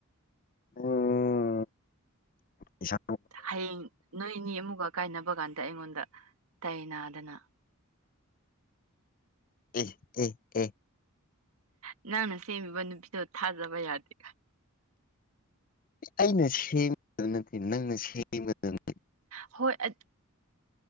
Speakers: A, on the left; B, on the right.
A: ꯑꯣ ꯄꯩꯁꯥ
B: ꯍꯌꯦꯡ ꯅꯣꯏ ꯅꯤ ꯑꯃꯨꯛꯒ ꯀꯥꯏꯅꯕ ꯀꯥꯟꯗ ꯑꯩꯉꯣꯟꯗ ꯇꯥꯏ ꯅꯥꯗꯅ
A: ꯎꯝ ꯎꯝ
B: ꯅꯪꯅ ꯁꯦꯝꯃꯤꯕ ꯅꯨꯄꯤꯗꯣ ꯊꯥꯖꯕ ꯌꯥꯗꯦ
A: ꯑꯩꯅ ꯁꯦꯝꯕꯗ ꯅꯠꯇꯦ ꯅꯪꯅ ꯁꯦꯝꯒꯗꯕꯅꯦ꯫
B: ꯍꯣꯏ ꯑ꯫